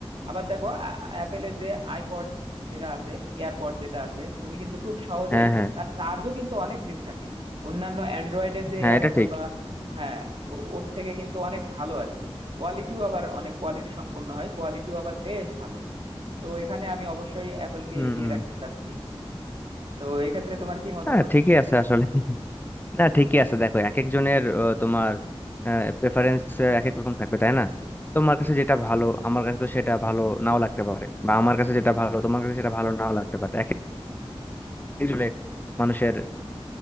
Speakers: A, on the right; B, on the left.
A: আবার দেখো অ্যাপেলের যে আইপড যেটা আছে এয়ারপড যেটা আছে তুমি কিন্তু খুব সহজেই
B: হ্যাঁ হ্যাঁ
A: তার চার্জও কিন্তু অনেক দিন থাকে অন্যান্য অ্যান্ড্রয়েডের যে
B: হ্যাঁ
A: ইয়ারফোন
B: এটা ঠিক
A: বা হ্যাঁ ও- ওর থেকে কিন্তু অনেক ভালো আর কি কোয়ালিটিও আবার অনেক কোয়ালিটি সম্পন্ন হয় কোয়ালিটিও আবার বেশ ভালো তো এখানে আমি অবশ্যই অ্যাপলকে
B: হুম
A: এগিয়ে রাখতে চাচ্ছি তো এক্ষেত্রে তোমার কি মতামত
B: হ্যাঁ ঠিকই আছে আসলে না ঠিকই আছে দেখো এক একজনের আহ, তোমার প্রেফারেন্স এক এক রকম থাকবে তাই না তোমার কাছে যেটা ভালো আমার কাছে তো সেটা ভালো নাও লাগতে পারে বা আমার কাছে যেটা ভালো তোমার কাছে সেটা ভালো নাও লাগতে পারে এক একজনের মানুষের